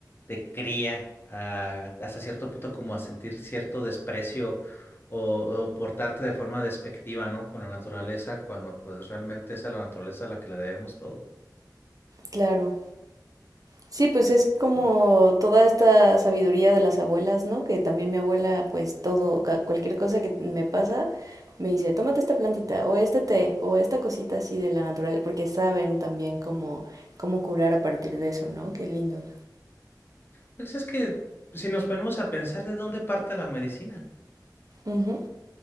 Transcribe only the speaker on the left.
te cría a- hasta cierto punto como a sentir cierto desprecio o, o portarte de forma despectiva, ¿no? Con la naturaleza, cuando pues realmente es a la naturaleza a la que le debemos todo.
Y
pues es que si nos ponemos a pensar de dónde parte la medicina.